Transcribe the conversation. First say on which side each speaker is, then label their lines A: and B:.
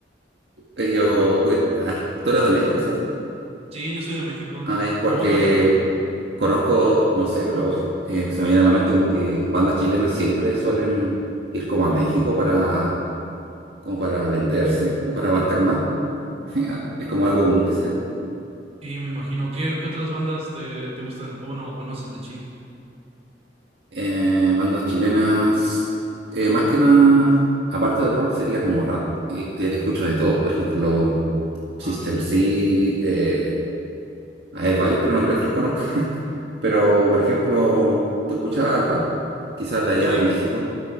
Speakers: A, on the right; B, on the right.
A: Ellos, porque- a ver, tú eras de México, ¿cierto?
B: Sí, yo soy de México.
A: Ah, es porque
B: Tenemos varias bandas.
A: conozco, no sé, pero eh, se me viene a la mente como que bandas chilenas siempre suelen ir como a México para, como para venderse o para abarcar más. <laughs> Es como algo común que sea.
B: Sí, me imagino. ¿Qué, qué otras bandas te, te gustan? O bueno, conoces de Chile.
A: Eh, bandas chilenas, eh, más que nada, aparte del rock, sería como rap, y, ya que escucho de todo, por ejemplo, System
B: Ah, bien, bien.
A: C, eh, hay varios, pero no creo que los conozca. <laughs> Pero, por ejemplo, ¿tú escuchas rap? Quizás de allá,
B: Sí,
A: de México.